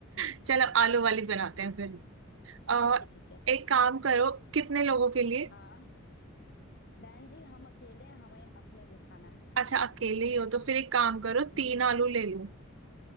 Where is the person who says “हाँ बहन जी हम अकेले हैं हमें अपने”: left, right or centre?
Left